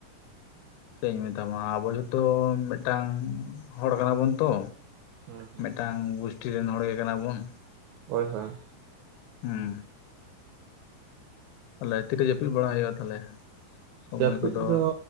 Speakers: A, on the left; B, on the right.
A: ᱪᱮᱫ ᱤᱧ ᱢᱮᱛᱟᱢᱟ ᱟᱵᱚ ᱡᱷᱚᱛᱚ ᱢᱮᱫᱴᱟᱝ ᱦᱚᱲ ᱠᱟᱱᱟ ᱵᱚᱱ ᱛᱚ
B: ᱦᱩᱸ ᱦᱩᱸ
A: ᱢᱮᱫᱴᱟᱝ ᱜᱩᱥᱴᱤ ᱨᱮᱱ ᱦᱚᱲ ᱜᱮ ᱠᱟᱱᱟ ᱵᱚᱱ᱾
B: ᱦᱳᱭ ᱦᱳᱭ᱾
A: ᱦᱩᱸ ᱛᱟᱦᱚᱞᱮ ᱛᱤ ᱨᱮ ᱡᱟᱹᱯᱤᱫ ᱵᱟᱲᱟ ᱦᱩᱭᱩᱜᱼᱟ ᱛᱟᱦᱚᱞᱮ? ᱥᱚᱢᱚᱭ
B: ᱡᱟᱯᱤᱫ
A: ᱠᱚᱫᱚ
B: ᱫᱚ